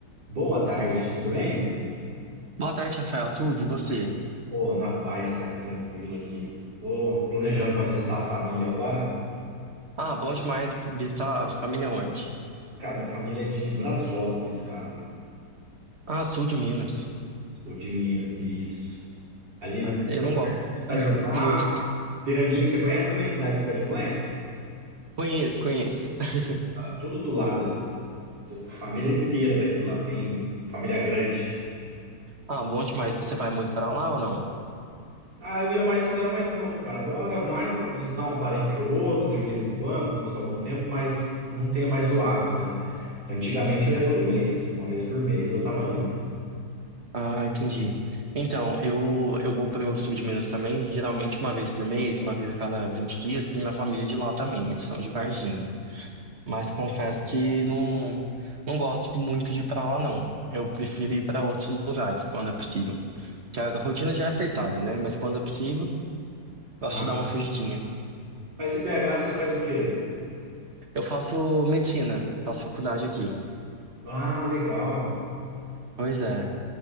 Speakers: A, on the right (about 80°); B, on the right (about 40°).
A: Boa tarde, tudo bem?
B: Boa tarde, Rafael. Tudo e você?
A: Pô, na paz, cara, tranquilo aqui. Vou planejando para visitar a família agora.
B: Ah, bom demais visitar a família onde?
A: Cara, minha família é de Brasópolis, cara.
B: Ah, sul de Minas.
A: Sou de Minas, isso. Ali,
B: Ah, Eu não gosto
A: Itajubá,
B: mu- muito. de-
A: Piranguinho, você conhece também? Cidade do Pé de Moleque?
B: Conheço, conheço. <laughs>
A: Tá tudo do lado ali. Tô com Família inteira daquele lá, tem família grande.
B: Ah, bom demais. E você vai muito para lá ou não?
A: Ah, eu ia mais quando era mais novo, cara. Agora, mais pra visitar um parente ou outro, de vez em quando, quando sobra um tempo, mas não tenho mais o hábito, né? Antigamente eu ia todo mês, uma vez por mês eu tava indo.
B: Ah, entendi. Então, eu, eu vou para o sul de Minas também, geralmente uma vez por mês, uma vez a cada 20 dias, porque minha família é de lá também, eles são de Varginha. Mas confesso que não, não gosto muito de ir pra lá, não. Eu prefiro ir para outros lugares quando é possível. Que a rotina já é apertada, né? Mas quando é possível. Gosto
A: Ah,
B: de dar uma fugidinha.
A: mas em BH você faz o quê?
B: Eu faço medicina, faço faculdade aqui.
A: Ah, legal.
B: Pois é.